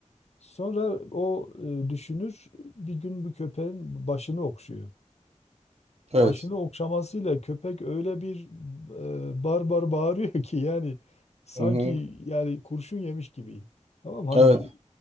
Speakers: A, on the left; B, on the right.
A: Sonra o e, düşünür bir gün bu köpeğin başını okşuyor.
B: Evet.
A: Başını okşamasıyla köpek öyle bir e, barbar bağırıyor ki yani sanki
B: Hı hı.
A: yani kurşun yemiş gibi. Tamam mı? hani
B: Evet.